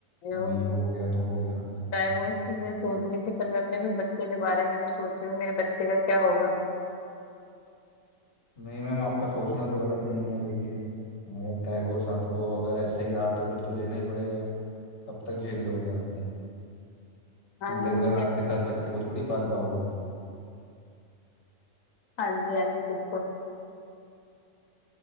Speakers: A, on the left; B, on the left.
A: अ,
B: अभी
A: उसको
B: जो हो गया तो हो गया कोई बात
A: डाइवोर्स
B: नहीं
A: की मैं सोच रही थी पर मैं अपने फिर बच्चे के बारे में भी सोच रही हूँ मेरे बच्चे का क्या होगा
B: नहीं मैम आपका सोचना तो गलत नहीं है देखिए अगर डाइवोर्स आपको अगर ऐसा ही रहा तो फिर तो लेना ही पड़ेगा कब तक झेल लोगे आप भी
A: हाँ
B: टूटे
A: जी
B: हुए
A: इसके
B: हाथ के साथ बच्चे को थोड़ी पाल पाओगे
A: हाँ जी हाँ जी बिल्कुल